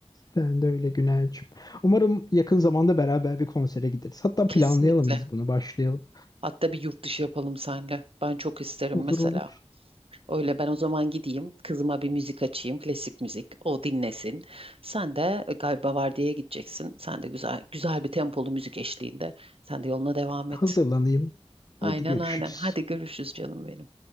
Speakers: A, on the left; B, on the right.
A: Sen de öyle Güner'cim. Umarım yakın zamanda beraber bir konsere gideriz. Hatta
B: Kesinlikle.
A: planlayalım biz bunu, başlayalım.
B: Hatta bir yurt dışı yapalım seninle. Ben çok isterim
A: Olur
B: mesela.
A: olur.
B: Öyle ben o zaman gideyim, kızıma bir müzik açayım, klasik müzik, o dinlesin. Sen de e, galiba vardiyaya gideceksin. Sen de güzel güzel bir tempolu müzik eşliğinde. Sen de yoluna devam
A: Hazırlanayım.
B: et. Aynen
A: Hadi görüşürüz.
B: aynen. Hadi görüşürüz canım benim.